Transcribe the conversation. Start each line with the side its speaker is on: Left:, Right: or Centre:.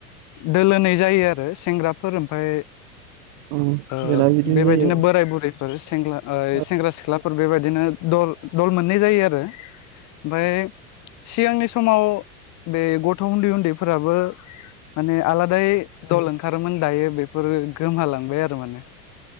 Left: दोलोनै जायो आरो सेंग्राफोर ओमफ्राय
Right: उम
Left: ओ
Right: जोंना बिदिनो
Left: बेबायदिनो
Right: जायो
Left: बोराय बुरै। सेंग्ला ओइ
Right: आरो
Left: सेंग्रा सिख्लाफोर बेबायदिनो दल दल मोननै जायो आरो। ओमफाय सिगांनि समाव बे ग थ' उन्दै उन्दैफोराबो माने आलादायै दल ओंखार ओंखारोमोन दायो बेफोरो गोमहालांबाय आरो माने।